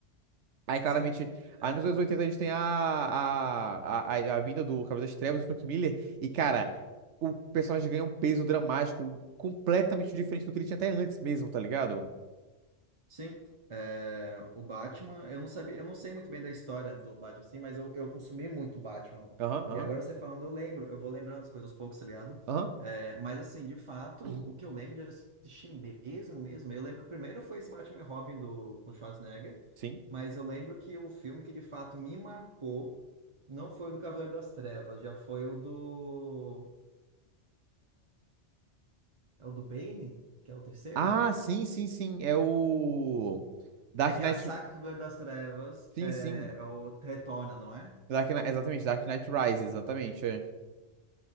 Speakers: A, on the right (about 75°); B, on the right (about 30°).
A: Aí, claramente,
B: Sim. É,
A: aí nos anos 80 a gente tem a, a, a, a a vinda do Cavaleiro das Trevas, do Frank Miller, e, cara, o personagem ganha um peso dramático completamente diferente do que ele tinha até antes mesmo, tá ligado?
B: Sim, é, o Batman, eu não sabia, eu não sei muito bem da história do Batman, sim, mas eu, eu consumi muito Batman.
A: Aham, aham,
B: E agora você falando, eu lembro, eu vou lembrando as coisas aos poucos, tá ligado?
A: aham.
B: É, mas assim, de fato,
A: <clears throat>
B: o que eu lembro de assistir mesmo, mesmo, eu lembro que o primeiro foi esse Batman e Robin do com Schwarzenegger,
A: Sim.
B: mas eu lembro que o filme que de fato me marcou não foi o do Cavaleiro das Trevas, já foi o do. É o do Bane, que é o terceiro?
A: Ah, sim, sim, sim. É o Dark
B: É que
A: Knight.
B: a saga Cavaleiro das Trevas
A: Sim,
B: é,
A: sim.
B: é o Retorna, não é?
A: Dark Kni- Exatamente, Dark Knight Rises, exatamente. É.